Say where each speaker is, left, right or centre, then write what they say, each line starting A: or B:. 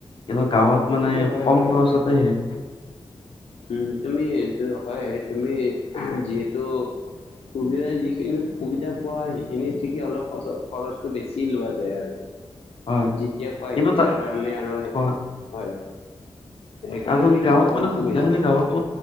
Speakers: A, on the left (about 60°); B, on the left (about 80°).
A: কিন্তু গাঁৱত
B: সেইটোতো
A: মানে
B: হয়
A: কম
B: বাৰু
A: খৰচতে হেৰি।
B: উম তুমি হয়। তুমি যিহেতু সুবিধা যিখিনি সুবিধা পোৱা সেইখিনি থিকে, অলপ খৰচটো বেছি লোৱা যায় আৰু।
A: হয়
B: যেতিয়া কোৱা
A: কিন্তু
B: তেতিয়াৰ
A: তাত
B: কাৰণে আৰু
A: হয়
B: হয়। এইকাৰণে
A: আৰু
B: নেকি
A: গাঁৱত
B: খৰচটো
A: মানে সুবিধাখিনি
B: বেছি।
A: গাঁৱতো